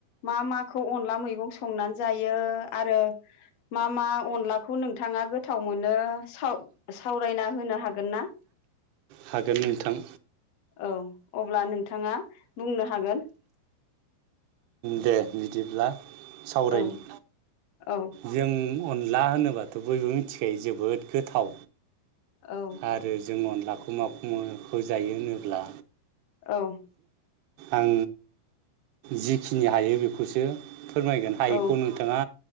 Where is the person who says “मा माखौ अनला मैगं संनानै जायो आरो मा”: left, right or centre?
Left